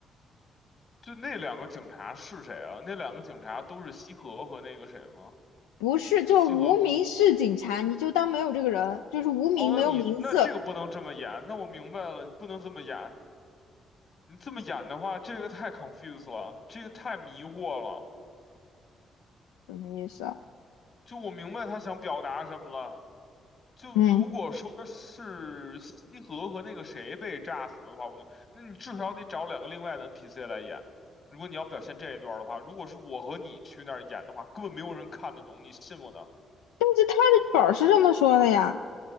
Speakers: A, on the left; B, on the left.
A: 就那两个警察是谁啊？那两个警察都是西河和那个谁吗？
B: 不是就是无名氏警察，
A: 西河
B: 你就当没有这个人，就是无名没有名字，
A: 哦，那你那这个不能这么演，那我明白了，你不能这么演。你这么演的话，这个太 c o n f u s e 了，这个太迷惑了。
B: 什么意思啊？
A: 就我明白他想表达什么了。就如果说是西河和那个谁被炸死了的话，
B: 嗯，
A: 我能，那你至少得找两个另外的 NPC 来演。如果你要表现这一段儿的话，如果是我和你去那儿演的话，根本没有人看得懂，你信我的。
B: 但是他的本儿是这么说的呀，